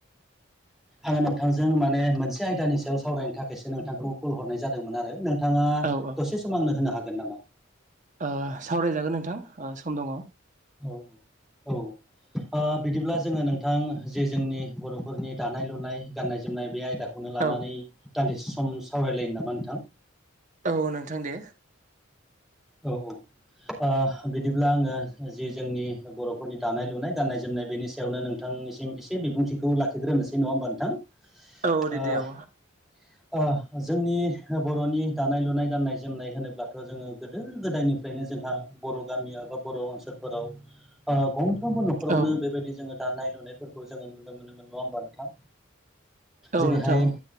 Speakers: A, in the centre; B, on the right (about 40°).
A: आङो नोंथांजों माने मोनसे आयदानि सायाव सावरायनो थाखायसो नोंथांखौ कल हरनाय जादोंमोन आरो नोंथां ङा
B: औ औ
A: दसे सम आंनो होनो हागोन नामा?
B: ओ सावरायजागोन नोंथां सम दङ।
A: औ औ औ ओ बिदिब्ला जोङो नोंथां जे जोंनि बर'फोरनि दानाय लुनाय गान्नाय जोमनाय बे आयदाखौ खौनो लानानै
B: औ
A: दान्दिसे सम सावरायलायनो नामा नोंथां?
B: औ नोंथां दे
A: औ औ ओ बिदिब्ला आङो जि जोंनि बर'फोरनि दानाय लुनाय गाननाय जोमनाय बेनि सायावनो नोंथांनिसिम एसे बिबुंथिखौ लाखिग्रोनोसै नङा होमबा नोंथां
B: औ दे
A: ओ
B: दे औ
A: ओ जोंनि बर'नि दानाय लुनाय गाननाय जोमनाय होनोब्लाथ' जोङो गोदो गोदायनिफ्रायनो जोंहा बर' गामियाव बा बर' ओनसोल फोराव ओ गंफ्रोमबो न'खरावनो
B: औ
A: बेबायदि जोङो दानाय लुनायफोरखौ जोङो नुनो मोनोमोन नङा होमबा नोंथां।
B: औ
A: जेरैहाय
B: नोंथां